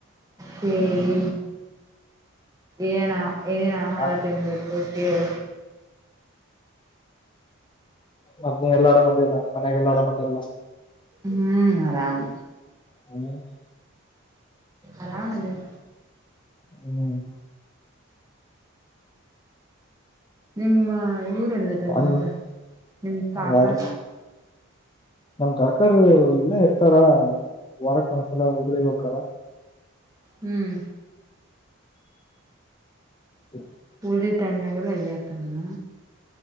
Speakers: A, on the right (about 15°); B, on the left (about 20°).
A: ಕೇಳಿ ಏನ್ ಏನೇನ್ ಆಹಾರ
B: ಮಾಡ್ತೇನೆ
A: ತಿನ್ಬೇಕು ಕೇಳ.
B: ಮತ್ತೆನ್ ಎಲ್ಲಾ ಆರಮ್ ಅದಿಯಲ್ಲ ಮನೆಯಾಗ ಎಲ್ಲಾ ಆರಮ್ ಅದಲ್ಲ.
A: ಹ್ಮ್ ಆರಾಮ್.
B: ಅಣ್ಣರ್.
A: ಆರಾಮ ಅದಿವಿ.
B: ಹ್ಮ್
A: ನಿಮ್ಮ ಇವರೆಲ್ಲದಾರ
B: ಹಂಗ್
A: ಮತ್ತ ನಿಮ್ ಕಾಕಾ.
B: ಯಾರು ನಮ್ ಕಾಕರು ಇಲ್ಲೆ ಇರ್ತಾರ ವಾರಕ್ಕ ಒಂದ್ಸಲ ಹುಬ್ಬ್ಳಿಗ್ ಹೋಕ್ಕಾರ.
A: ಹ್ಮ್
B: ಹ್ಮ
A: ಉಲ್ದಿ ಟೈಮ್ನಾಗೆಲ್ಲ ಎಲ್ಲೇ ಇರ್ತಾರೇನ.